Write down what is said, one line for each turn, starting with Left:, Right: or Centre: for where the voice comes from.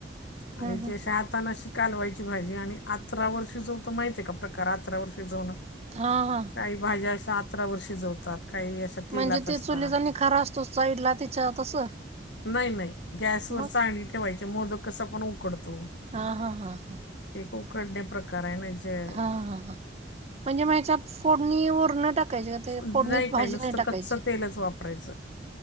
Left: आणि
Right: हम्म हम्म
Left: ते अशी आात तानाशी कालवायची भाजी आणि आतरा वर शिजवतो माहितय का प्रकार आतरा वर शिजवन
Right: हा हा
Left: काही भाज्या अशा अतरा वर शिजवतात काही तेलात
Right: म्हणजे
Left: असतात
Right: ते चुलीचा निखारा असतो साईडला त्याच्या तसं
Left: नाही नाही गॅसवरर
Right: मग
Left: चाळणी ठेवायची मोदक कस पण उकडतो
Right: हा हा हा हा
Left: एक उकडणे प्रका - <unintelligible>
Right: हा हा हा म्हणजे म ह्याच्यात फोडणी वरण टाक ते ज्या आता
Left: नाही
Right: फोडणीत भाजी
Left: काय नुसतं
Right: नाही टाकायची
Left: कच्चं तेलच वापरायचं